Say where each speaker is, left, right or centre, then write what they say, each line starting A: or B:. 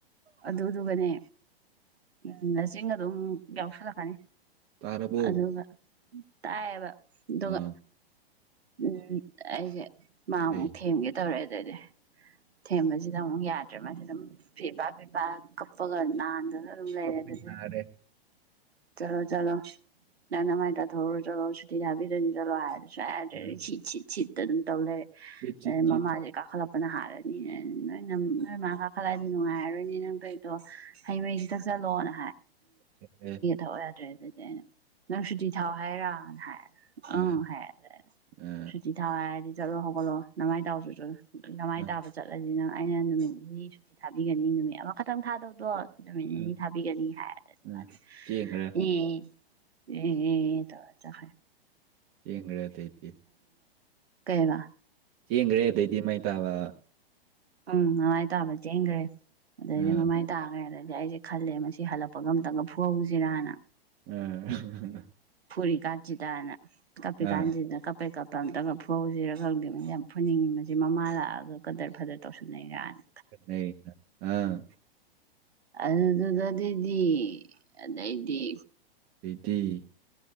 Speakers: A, on the right (about 80°); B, on the right (about 35°).
A: ꯑꯗꯨꯗꯨꯒꯅꯦ ꯎꯝ ꯅꯆꯤꯟꯒꯗꯣ ꯑꯗꯨꯝ ꯌꯥꯎꯁꯤꯜꯂꯛꯀꯅꯤ
B: ꯇꯥꯔꯕꯣ
A: ꯑꯗꯨꯒ ꯇꯥꯏꯑꯦꯕ ꯑꯗꯨꯒ
B: ꯑꯥ
A: ꯎꯝ ꯑꯩꯁꯦ ꯃꯥꯃꯨꯛ
B: ꯑꯩ
A: ꯊꯦꯝꯒꯦ ꯇꯧꯔꯑꯦ ꯑꯗꯩꯗꯤ ꯊꯦꯝꯕꯁꯤꯗ ꯑꯃꯨꯛ ꯌꯥꯗ꯭ꯔꯦ ꯃꯁꯤꯗ ꯑꯃꯨꯛ ꯐꯦꯕꯥ ꯐꯦꯄꯥ ꯀꯞꯄꯒ ꯅꯥꯟꯗꯅ ꯑꯗꯨꯝ ꯂꯩꯔꯦ
B: ꯀꯞꯄꯩ
A: ꯑꯗꯨ
B: ꯅꯥꯔꯦ
A: ꯆꯂꯣ ꯆꯂꯣ ꯅꯪ ꯅꯃꯥꯥꯏ ꯇꯊꯣꯛꯎꯔꯣꯆꯣ ꯁꯨꯇꯤ ꯊꯥꯕꯤꯗꯨꯅꯤ ꯆꯂꯣ ꯑꯥꯗ ꯁꯨꯛꯌꯥ ꯌꯥꯗ꯭ꯔꯦ
B: ꯑ
A: ꯁꯤꯠ ꯁꯤꯠ ꯁꯤꯠꯇ ꯑꯗꯨꯝ ꯇꯧ ꯂꯩꯔꯦ
B: ꯆꯤꯠ ꯆꯤꯠ ꯆꯤꯠ
A: ꯃꯃꯥꯁꯦ
B: ꯇꯧꯅ
A: ꯀꯥꯈꯠꯂꯛꯄꯅ ꯍꯥꯜꯂꯦ ꯑꯩꯅ ꯅꯣꯏ ꯅꯣꯏꯃꯥ ꯀꯥꯈꯠꯂꯛꯑꯗꯤ ꯅꯨꯡꯉꯥꯏꯔꯔꯣꯏꯅꯦ ꯅꯪ ꯇꯩꯏꯗꯣ ꯍꯩ ꯃꯍꯩꯁꯤ ꯊꯛꯆꯜꯂꯣꯅ
B: ꯆꯠꯈ꯭ꯔꯦ
A: ꯄꯥꯎ ꯌꯥꯗ꯭ꯔꯦ ꯑꯗꯨꯗꯤ ꯑꯩꯅ ꯅꯪ ꯁꯨꯇꯤ ꯊꯥꯎ ꯍꯥꯏꯔꯥ ꯍꯥꯏꯔꯦ ꯑꯪ
B: ꯑ
A: ꯍꯦ
B: ꯑ
A: ꯁꯨꯇꯤ ꯊꯥꯎ ꯍꯥꯏꯔꯗꯤ ꯆꯠꯂꯣ ꯅꯃꯥꯏ ꯇꯥꯎꯆꯣ ꯆꯠꯂꯣ ꯅꯃꯥꯏ
B: ꯑ
A: ꯇꯥꯕ ꯆꯠꯂꯗꯤ ꯅꯪ ꯑꯩꯅ ꯅꯨꯃꯤꯠ ꯅꯤꯅꯤ ꯁꯨꯇꯤ ꯊꯥꯕꯤꯒꯅꯤ ꯅꯨꯃꯤꯠ ꯑꯃꯈꯛꯇꯪ ꯊꯥꯗꯧꯗꯣ ꯅꯨꯃꯤꯠ ꯅꯤꯅꯤ
B: ꯑ
A: ꯊꯥꯕꯤꯒꯅꯤ ꯍꯥꯏꯅ
B: ꯑ
A: ꯃꯌꯦ ꯆꯕ
B: ꯆꯦꯡꯈ꯭ꯔꯦ
A: ꯌꯦ ꯌꯦ ꯌꯦ ꯇꯧꯔ ꯆꯨꯠꯈ꯭ꯔꯦ
B: ꯆꯦꯡꯒꯔꯦ ꯑꯗꯩꯗꯤ
A: ꯀꯩꯑꯕꯥ
B: ꯆꯦꯡꯒ꯭ꯔꯦ ꯑꯗꯩꯗꯤ ꯃꯥ ꯇꯥꯕ
A: ꯎꯪ ꯃꯃꯥꯏ ꯇꯥꯕ ꯆꯦꯟꯒ꯭ꯔꯦ ꯑꯗꯩꯗꯤ
B: ꯑꯥ
A: ꯃꯃꯥꯏ ꯇꯥꯒ꯭ꯔꯦ ꯑꯗꯩꯗꯤ ꯑꯗꯩꯗꯤ ꯑꯩꯁꯦ ꯈꯜꯂꯦ ꯃꯁꯤ ꯍꯜꯂꯛꯄꯒ ꯑꯝꯇꯪꯒ ꯐꯨꯍꯧꯁꯤꯔꯅ
B: ꯑꯥ
A: ꯐꯨꯔꯤ ꯀꯥꯟꯁꯤꯗꯅ ꯀꯄꯤꯀꯥꯟꯁꯤ
B: ꯑꯥ
A: ꯀꯞꯄꯦ ꯀꯞꯄꯦ ꯑꯝꯇꯪꯒ ꯐꯨꯍꯧꯁꯤꯔꯒ ꯈꯪꯗꯦ ꯌꯥꯝ ꯐꯨꯅꯤꯡꯉꯤ ꯃꯁꯤ ꯃꯃꯥ ꯂꯥꯛꯑꯒ ꯀꯗꯔ ꯐꯗꯔ ꯇꯧꯁꯟꯅꯩꯒꯅ
B: ꯈꯔ ꯅꯩꯅ ꯑꯥ
A: ꯑꯗꯨꯗꯨꯗꯗꯤꯗꯤ ꯑꯗꯩꯗꯤ
B: ꯇꯤ